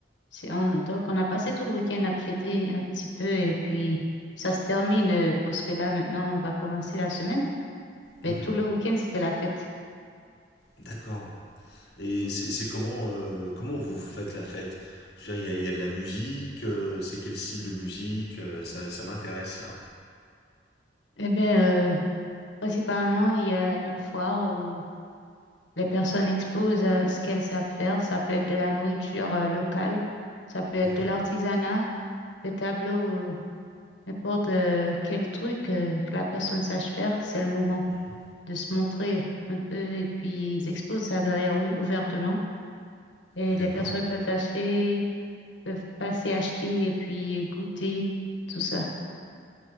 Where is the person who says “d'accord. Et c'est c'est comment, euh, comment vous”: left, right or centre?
Left